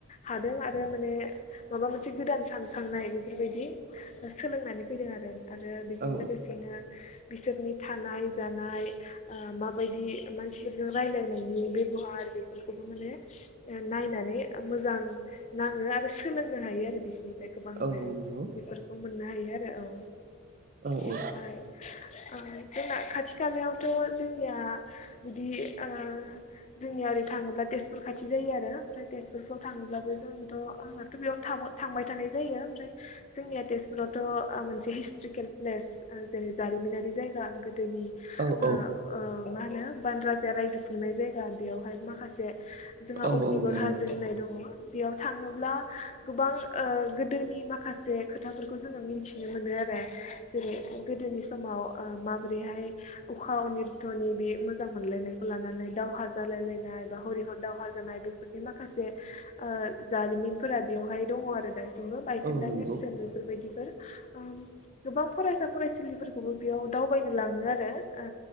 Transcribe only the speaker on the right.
औ
औ नंगौ
औ
औ
औ
औ
औ नंगौ
नोंथां
औ नंगौ